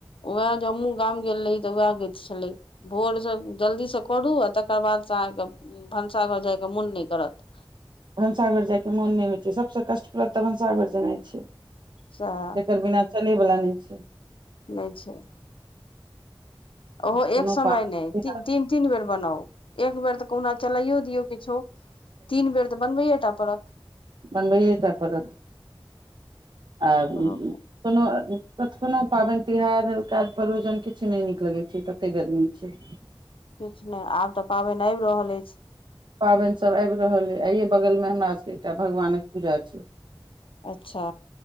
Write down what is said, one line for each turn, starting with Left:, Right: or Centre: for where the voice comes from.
Left: उएह जे हमहूं गाम गेल रही तऽ वएह ग छलै भोर सब जल्दीसँ करू आ तकर बादसँ अहाँके भनसा घर जायके मोन नहि करत।
Right: भनसाघर जायके मोन नहि होइ छैय सभसँ कष्टप्रद तऽ भनसाागघर जेनाइ छैय।
Left: सएह
Right: जकर बिना चलय वला नहि छैय।
Left: नहि छैय। ओहो
Right: कोनो
Left: एक समय
Right: पाबनि
Left: नहि
Right: तिहार
Left: तीन तीन बेर बनाउ एक बेर तऽ कहुना चलाइयो दियौ किछो तीन बेर तऽ बनबैए टा पड़त।
Right: बनबैटा परत। आ
Left: कोनो
Right: कोनो क कोनो पाबनि तिहार काज परोजन किछु नहि नीक लगैत छैय ततेक गर्मी छैय।
Left: किछु नहि आब तऽ पाबनि आबि रहल अछि।
Right: पाबनि सब आबि रहल यइ आइये बगलमे हमरा सबके एकटा भगवानक पूजा छैय।
Left: अच्छा